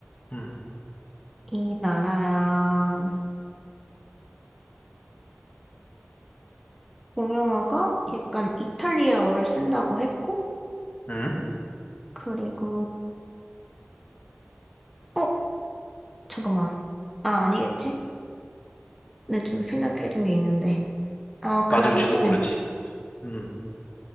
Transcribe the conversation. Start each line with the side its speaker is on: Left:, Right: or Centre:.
Left: 음,
Centre: 이 나라야, 공용어가 약간 이탈리아어를 쓴다고 했고,
Left: 음,
Centre: 그리고, 어? 잠깐만. 아, 아니겠지? 내가 지금 생각해둔 게 있는데. 어, 그러면은,
Left: 맞을지도 모르지. 음,